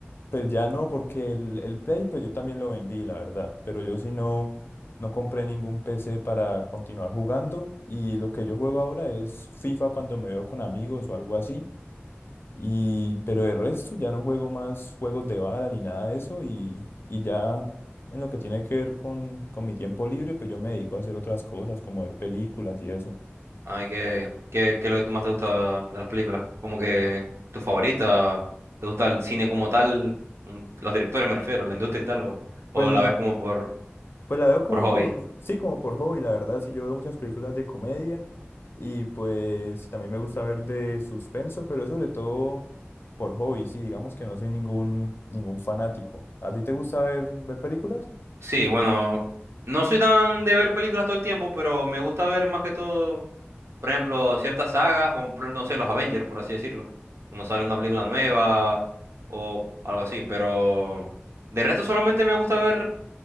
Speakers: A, on the left (about 55°); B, on the right (about 75°).
A: pues ya no, porque el, el Play, pues yo también lo vendí, la verdad. Pero yo sí no, no compré ningún PC para continuar jugando. Y lo que yo juego ahora es FIFA cuando me veo con amigos o algo así. Y, pero de resto ya no juego más juegos de bala ni nada de eso. Y, y ya en lo que tiene que ver con, con mi tiempo libre, pues yo me dedico a hacer otras cosas, como ver películas y eso.
B: Ay, ¿qué, qué, qué es lo que más te gusta de las películas? Como que tu favorita, ¿te gusta el cine como tal? Mm, Los directores me refiero, la industria y tal, o, o
A: Pues ni,
B: la ves como por,
A: Pues la veo como
B: por hobby.
A: por, sí, como por hobby, la verdad, sí, yo veo muchas películas de comedia y pues sí, también me gusta ver de suspenso, pero es sobre todo por hobby, sí, digamos que no soy ningún, ningún fanático. ¿A ti te gusta ver, ver películas?
B: Sí, bueno, no soy tan de ver películas todo el tiempo, pero me gusta ver más que todo, por ejemplo, ciertas sagas, como por ejemplo, no sé, los Avengers, por así decirlo. Cuando sale una película nueva o algo así, pero de resto solamente me gusta ver